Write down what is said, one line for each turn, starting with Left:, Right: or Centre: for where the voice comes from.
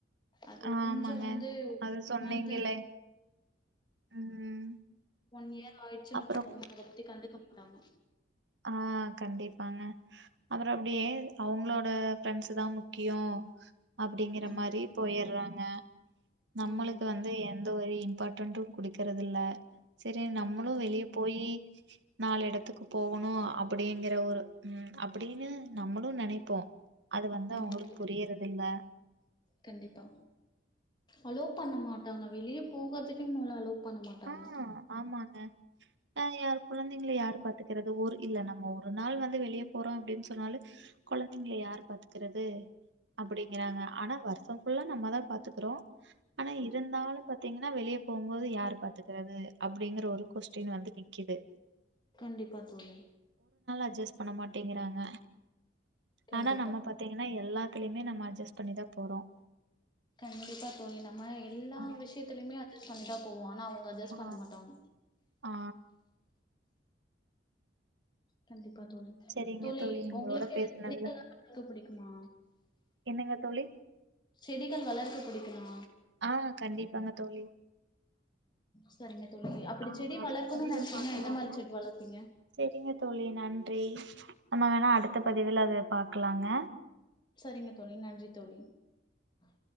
Left: அது
Right: ஆமாங்க.
Left: கொஞ்சோ வந்து
Right: அது சொன்னீங்களே.
Left: மந்த் <inaudible>
Right: ம்.
Left: ஒன் இயர் ஆயிடுச்சுன்
Right: அப்புறம்
Left: வச்சுக்கோங்கலே அதபத்தி கண்டுக்க மாட்டாங்க
Right: ஆ கண்டிப்பாங்க அப்ரோ அப்படியே அவங்களோட ஃப்ரெண்ட்ஸ் தா முக்கியோ அப்டிங்கற
Left: ஆமா
Right: மாரி
Left: தோழி
Right: போயர்றாங்க நம்மளுக்கு
Left: ஆமா தோழி
Right: வந்து எந்த ஒரு பட்டொன்று குடிக்கறது இல்ல செரி நம்மளு
Left: கண்டிப்பா
Right: வெளிய போயி நாலு எடத்துக்கு போகோணு அப்டிங்கற ஒரு ம் அப்பிடின்னு நம்முளு நெனைப்போ அது வந்து
Left: ஆமா
Right: அவங்களுக்கு
Left: தோழி
Right: புரியறது இல்ல
Left: கண்டிப்பா அலோ பண்ண மாட்டாங்க வெளியே போகர்துக்கே மொதுல அலோ பண்ண மாட்டாங்க
Right: ஆ ஆமாங்க ஆ யார் குழந்தைங்கல யாரு பாத்துக்கிறது ஒரு இல்ல நம்ம ஒரு ஒரு நாள் வந்து வெளிய போறோ அப்டின்னு சொன்னாலே குழந்தைங்கள யாரு பாத்துக்கறது அப்படிங்கறாங்க ஆனா வர் ஷ ஃபுல்லா நம்ம தா பாத்துக் கறோ ஆனா இருந்தாலு பாத் திங்கன்னா வெளியே போகும்போது யார் பாத் துக்கறது அப்படிங்கற ஒரு கொஸ்டின் வந்து நிக்குது
Left: கண்டிப்பா தோழி
Right: அட்ஜஸ்ட் பண்ண மாட்டேங்கிறாங்க
Left: கண்டிப்பா
Right: ஆனா நம்ம பாத்தீங்கன்னா எல்லாத்துலயுமே நம்ம அட்ஜஸ்ட் பண்ணிதான் போறோம்
Left: கண்டிப்பா தோழி நம்ம எல்லா
Right: ஆ
Left: விஷயத்திலயுமே அட்ஜஸ் பண்ணி ட்டு தா போவோ அட்ஜஸ்
Right: ஆ
Left: பண்ண மாட்டாங்க
Right: ஆ
Left: கண்டிப் பா தோனுது
Right: சரிங்க
Left: தோழி
Right: உங்களோட
Left: ஒங்களுக்கு
Right: பேசுனதுல
Left: மெடிக்கல் நா <unintelligible> புடிக்குமா
Right: என்னங்க தோழி
Left: செடிகள் வளர்க்க புடிக் குமா
Right: ஆ கண்டிப்பாங்க தோழி
Left: செரிங்க தோழி அப்டி
Right: ஆ
Left: செடி
Right: அடுத்த
Left: வளர்க்கணுனு
Right: பதிவுல
Left: நெனச்சீங்கனா
Right: பாக்கலாங்க
Left: எந்த மாரி செடி வளர்ப்பீங்க
Right: சரிங்க தோழி நன்றி நம்ம வேணா அடுத்த பதிவுல அத பாக்கலாங்க
Left: சரிங்க தோழி நன்றி தோழி உஹ